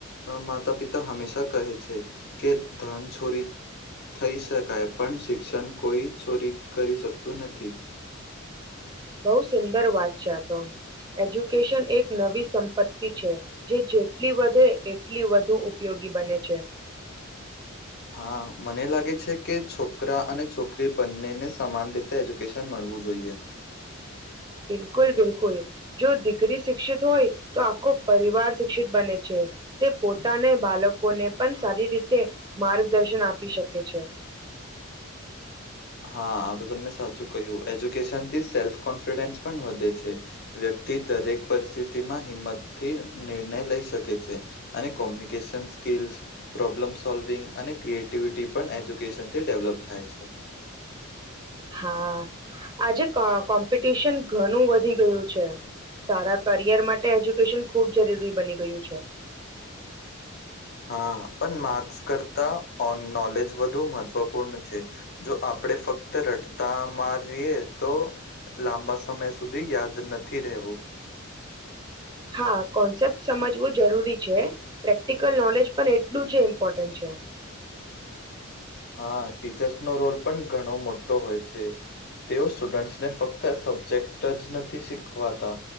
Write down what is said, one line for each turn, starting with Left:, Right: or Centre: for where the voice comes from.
Left: માતા પિતા હંમેશા કહે છે. કે ધન છોરી થઈ શકાય પણ શિક્ષણ કોઈ ચોરી કરી શકતું નથી.
Right: બહુ સુંદર વાત છે આ તો એજ્યુકેશન એક નવી સંપત્તિ છે. જે જેટલી વધે એટલી વધુ ઉપયોગી બને છે.
Left: હા મને લાગે છે કે છોકરા અને છોકરી બંનેને સમાન રીતે એજ્યુકેશન મળવું જોઈએ.
Right: બિલકુલ બિલકુલ જો દીકરી શિક્ષિત હોય તો આખો પરિવાર શિક્ષિત બને છે. તે પોતાને બાળકોને પણ સારી રીતે માર્ગદર્શન આપી શકે છે.
Left: હા આ તો તમને સાચું કહ્યું એજ્યુકેશન થી સેલ્ફ કોન્ફિડન્સ પણ વધે છે. વ્યક્તિ દરેક પરિસ્થિતિમાં હિંમતથી નિર્ણય લઈ શકે છે. અને કોમ્યુનિકેશન સ્કિલ્સ પ્રોબ્લમ સોલ્વિંગ અને ક્રિએટિવિટી પણ એજ્યુકેશનથી ડેવલપ થાય છે.
Right: હા આજે અ કોમ્પિટિશન ઘણું વધી ગયું છે. સારા કરિયર માટે એજ્યુકેશન ખુબ જરૂરી બની ગયું છે.
Left: હા પણ માર્ક્સ કરતા ઓન નોલેજ વધુ મહત્વપૂર્ણ છે. જો આપણે ફક્ત રટતા મારીએ તો લાંબા સમય સુધી યાદ નથી રહેવું
Right: હા કોન્સેપ્ટ સમજવું જરૂરી છે. પ્રેક્ટિકલ નોલેજ પણ એટલું જ ઇમ્પોર્ટન્ટ છે.
Left: હા ટીચર્સનો રોલ પણ ઘણો મોટો હોય છે. તેઓ સ્ટુડન્ટસને ફક્ત સબ્જેક્ટ જ નથી શીખવાતા